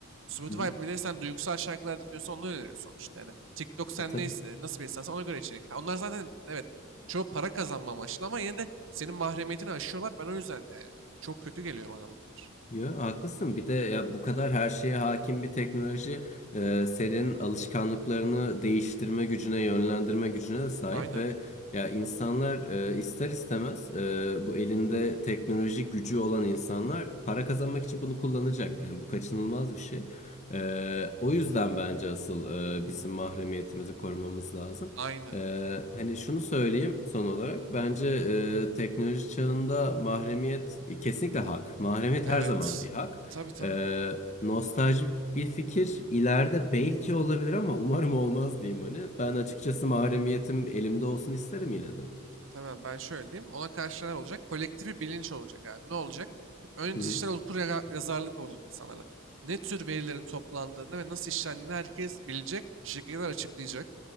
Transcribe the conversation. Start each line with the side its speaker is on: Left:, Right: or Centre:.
Right: Spotify
Left: Hı. hı.
Right: bile sen duygusal şarkılar dinliyorsan onu öneriyor sonuçta. Yani TikTok sen
Left: E, tabii.
Right: ne, nasıl bir insansan ona göre içerik. Ha, onlar zaten evet çoğu para kazanma amaçlı ama yine de senin mahremiyetini aşıyorlar. Ben o yüzden yani çok kötü geliyor bana bunlar.
Left: Yo, haklısın. Bir de ya bu kadar her şeye hakim bir teknoloji e, senin alışkanlıklarını değiştirme gücüne, yönlendirme gücüne de sahip
Right: Aynen.
Left: ve ya insanlar e, ister istemez e, bu elinde teknolojik gücü olan insanlar para kazanmak için bunu kullanacak. Yani bu kaçınılmaz bir şey. E, o yüzden bence asıl e, bizim mahremiyetimizi korumamız lazım.
Right: Aynen.
Left: Ee, hani şunu söyleyeyim son olarak. Bence e, teknoloji çağında mahremiyet e, kesinlikle hak. Mahremiyet
Right: Evet.
Left: her zaman bir hak.
Right: Tabii tabii.
Left: Ee, nostalji bir fikir ileride belki olabilir ama umarım olmaz diyeyim hani. Ben açıkçası mahremiyetim elimde olsun isterim yine de.
Right: Tamam ben şöyle diyeyim. Ona karşı neler olacak? Kolektif bir bilinç olacak abi. Ne olacak? Önce
Left: Hı hı
Right: dijital okur yaga- yazarlık olacak insanlara. Ne tür verilerin toplandığını ve nasıl işlendiğini herkes bilecek. Şirketler açıklayacak.